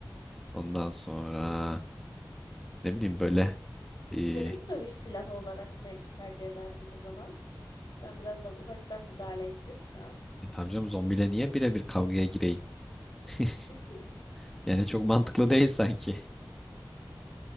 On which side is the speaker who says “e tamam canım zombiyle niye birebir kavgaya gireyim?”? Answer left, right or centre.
Centre